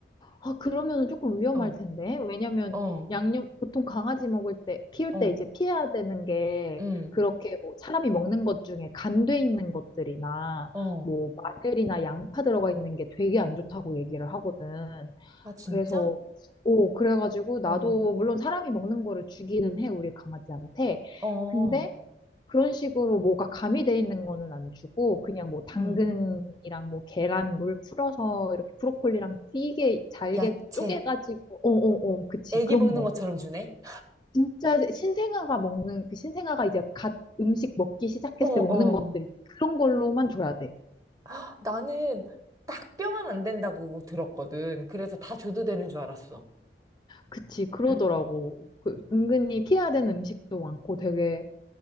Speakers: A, on the left; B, on the right.
A: 아, 그러면 은 조금 위험할
B: 어,
A: 텐데. 왜냐면
B: 어,
A: 양념, 보통 강아지 먹을 때, 키울
B: 어,
A: 때 이제 피해야 되는 게,
B: 응,
A: 그렇게 뭐 사람이 먹는 것 중에 간돼 있는 것들이나,
B: 어.
A: 뭐 마늘이나 양파 들어가 있는 게 되게 안 좋다고 얘기를 하거든.
B: 아, 진짜?
A: 그래서, 오, 그래가지고 나도
B: 어,
A: 물론 사람이 먹는 거를 주기는 해, 우리 강아지한테.
B: 어,
A: 근데 그런 식으로 뭐가 가미돼 있는 거는 안 주고 그냥 뭐 당근이랑
B: 응.
A: 뭐 계란 물 풀어서 이렇게 브로콜리랑 되게 잘게
B: 야채.
A: 쪼개가지고 어어어 그치
B: 애기
A: 그런
B: 먹는
A: 거
B: 것처럼 주네?
A: 진짜 신생아가 먹는 그 신생아가 이제 갓 음식 먹기 시작했을
B: 어, 어.
A: 때 먹는 것들 그런 걸로만 줘야 돼
B: <gasps> 아, 나는 딱 뼈만 안 된다고 들었거든. 그래서 다 줘도 되는 줄 알았어.
A: 그치 그러더라고
B: 응.
A: 그 은근히 피해야 되는 음식도 많고 되게